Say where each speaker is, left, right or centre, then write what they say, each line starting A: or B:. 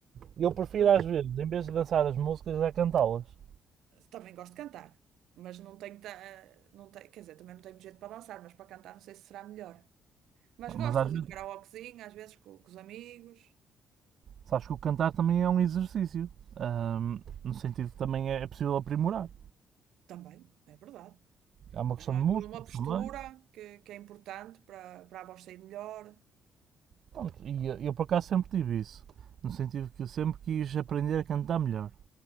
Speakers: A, on the right; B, on the right.
A: Eu prefiro
B: <laughs>
A: às vezes, em vez de dançar as músicas, é cantá-las.
B: Também gosto de cantar, mas não tenho, ta- eh, não tenho, quer dizer, também não tenho muito jeito para dançar, mas para cantar não sei se será melhor. Mas gosto
A: Mas às
B: de fazer
A: vezes
B: um karaokezinho, às vezes co- com, os amigos.
A: Sabes que o cantar também é um exercício. Ahm, no sentido que também é, é possível aprimorar.
B: Também, é verdade.
A: Há uma
B: É
A: questão de músculos
B: toda uma postura
A: também.
B: que, que é importante para, para a voz sair melhor.
A: Pronto, e eu, eu por acaso sempre tive isso. No sentido que eu sempre quis aprender a cantar melhor.